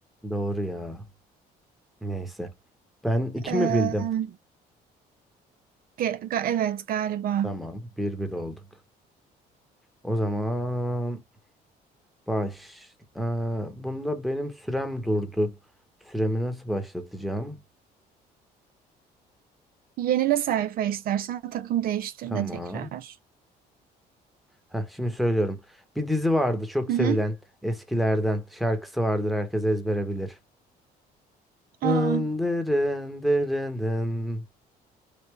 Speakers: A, in the centre; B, on the right.
A: Doğru ya. Neyse. Ben iki
B: Ee,
A: mi bildim?
B: ge- ga- evet galiba.
A: Tamam. Bir bir olduk. O zaman baş. Ee, bunda benim sürem durdu. Süremi nasıl başlatacağım?
B: Yenile sayfa istersen takım değiştir
A: Tamam.
B: de tekrar.
A: Heh, şimdi söylüyorum. Bir dizi vardı çok
B: Hı
A: sevilen
B: hı.
A: eskilerden. Şarkısı vardır herkes ezbere bilir.
B: Aa,
A: Dın dırın dırın dın.